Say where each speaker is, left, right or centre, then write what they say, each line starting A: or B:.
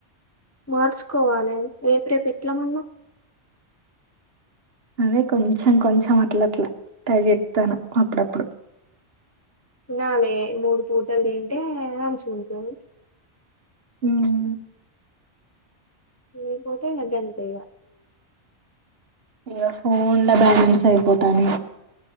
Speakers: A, on the left; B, on the right.
A: మార్చుకోవాలె ఏప రేపెట్ల మల్ల?
B: అదే కొంచెం కొంచెం అట్లట్లా ట్రై చెత్తాను. అప్పుడప్పుడు.
A: తినాలే మూడు పూటలు తింటే, అంచుకుంటుంది.
B: మ్
A: ఏ పోతే ఇంగంతె అంతే ఇగ.
B: ఇగ ఫోన్ల బ్యాలెన్స్ అయిపోతనే